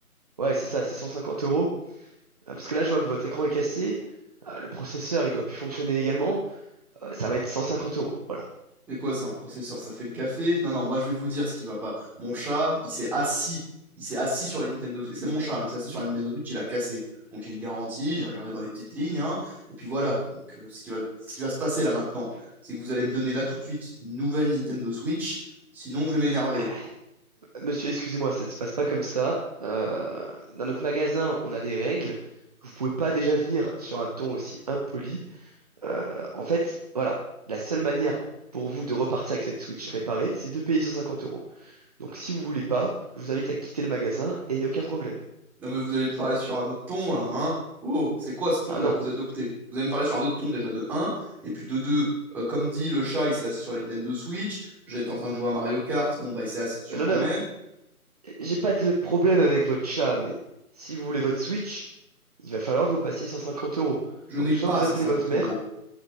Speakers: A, on the right; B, in the centre.
A: Ouais, c'est ça, c'est 150 euros. Euh, Parce que là, je vois que votre écran est cassé, euh, le processeur, il doit plus fonctionner également. Euh, ça va être 150 euros, voilà.
B: C'est quoi ça, un processeur? Ça fait le café? Non, non, moi je vais vous dire ce qui va pas. Mon chat, il s'est assis. Il s'est assis sur la Nintendo Switch. C'est mon chat, hein, il s'est assis sur la Nintendo Switch, il a cassé. Donc il y a une garantie, j'ai regardé dans les petites lignes, hein, et puis voilà. Donc euh, ce qui va, ce qui va se passer là maintenant, c'est que vous allez me donner là tout de suite une nouvelle Nintendo Switch, sinon je vais m'énerver.
A: Euh, Monsieur, excusez-moi, ça ne se passe pas comme ça. Euh, dans notre magasin, on a des règles. Vous pouvez pas déjà venir sur un ton aussi impoli. Euh, en fait, voilà, la seule manière pour vous de repartir avec cette Switch réparée, c'est de payer 150 euros. Donc si vous voulez pas, je vous invite à quitter le magasin et il n'y a aucun problème.
B: Non mais vous allez me parler sur un autre ton là, hein? Oh, c'est quoi ce ton
A: Ah
B: là
A: non,
B: que vous adoptez? Vous allez me parler sur un autre ton déjà de un. et puis de 2. euh, comme dit le chat, il s'est assis sur la Nintendo Switch, j'étais en train de jouer à Mario Kart, bon bah il s'est assis dessus
A: jeune
B: quand
A: homme,
B: même.
A: J'ai pas de problème avec votre chat, mais si vous voulez votre Switch, il va falloir que vous me passiez 150 euros.
B: je n'ai
A: Donc
B: pas
A: soit vous
B: 150
A: appelez votre mère,
B: euros.